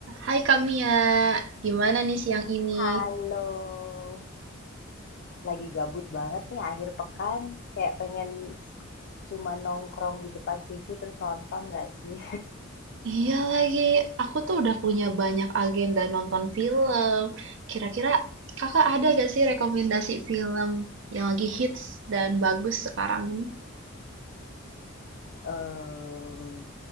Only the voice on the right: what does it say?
Hai Kamia, gimana nih siang ini?
Iya lagi, aku tuh udah punya banyak agenda nonton film. Kira-kira kakak ada gak sih rekomendasi film yang lagi hits dan bagus sekarang ini?